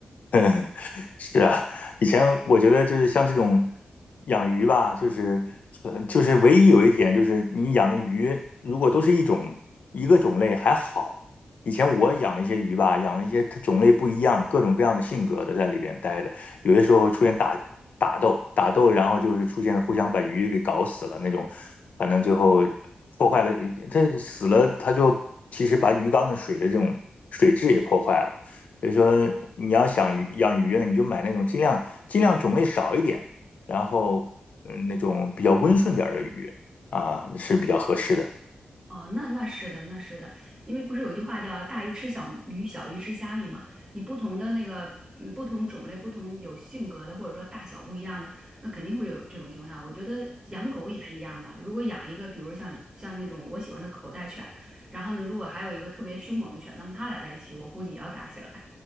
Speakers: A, on the left; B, on the right.
A: 嗯 <laughs> 是啊，以前我觉得就是像这种养鱼吧，就是呃就是唯一有一点就是你养的鱼如果都是一种一个种类还好。以前我养了一些鱼吧，养了一些它种类不一样、各种各样的性格的在里边待着，有些时候出现打打斗，打斗，然后就是出现了互相把鱼给搞死了那种，反正最后破坏了，它死了，它就其实把鱼缸的水的这种水质也破坏了。所以说你要想鱼养鱼呢，你就买那种尽量尽量种类少一点，然后嗯那种比较温顺点儿的鱼啊是比较合适的。
B: 哦，那那是的，那是的，因为不是有句话叫“大鱼吃小鱼，小鱼吃虾米”嘛？你不同的那个，嗯，不同种类、不同有性格的，或者说大小不一样的，那肯定会有这种情况下。我觉得养狗也是一样的，如果养一个，比如像像那种我喜欢的口袋犬，然后呢，如果还有一个特别凶猛的犬，那么它俩在一起，我估计也要打起来。